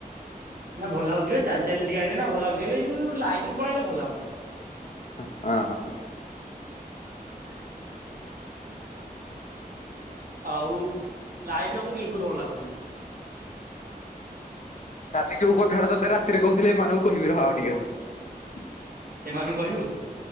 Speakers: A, on the right (about 70°); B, on the left (about 50°).
A: ନା ଭଲ ଲାଗୁଛିବେ ଚାଲି ଚାଲି ଟିକେ ଆଇଲେ ନା ଭଲ ଲାଗୁଛି ହେଲେ ଏଇ ଯୋଉ ଲାଇଟକୁ ପଳେଇ ଆଇଲେ ଭଲ ଲାଗୁନି ଆଉ।
B: ହଁ ହଁ।
A: <inaudible> ଆଉ ଲାଇଟରେ ମତେ ବିଲକୁଲ୍ ଭଲ ଲାଗୁନି।
B: କାଲି ଯୋଉ କଥାଟା ତତେ ରାତିରେ କହୁଥିଲି ଏମାନଙ୍କୁ କହିବି ରହ ଟିକେ ହ।
A: ଏମାନୁ କହିବୁ